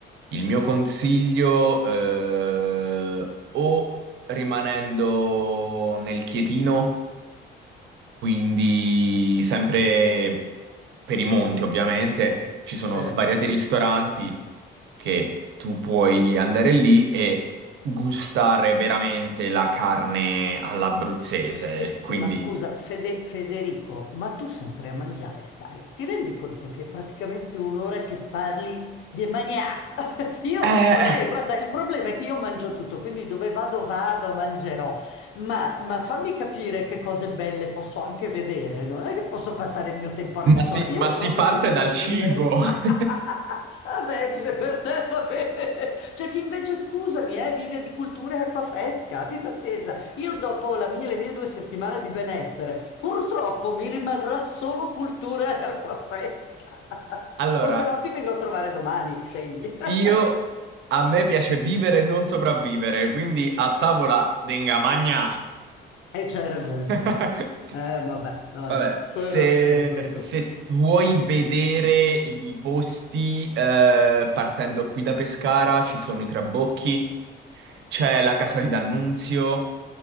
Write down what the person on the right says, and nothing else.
il mio consiglio eh, o rimanendo nel Chietino, quindi sempre per i monti ovviamente, ci sono
svariati ristoranti che tu puoi andare lì e gustare veramente la carne all'abruzzese.
Quindi,
eh,
ma
si,
ma
si
parte
dal
cibo.
<laughs>
Allora,
io a me piace vivere e non sopravvivere, quindi a tavola denga magna.
<laughs>
Vabbè,
Se,
se vuoi vedere i posti, eh, partendo qui da Pescara, ci sono i Trabocchi, c'è la Casa di D'Annunzio,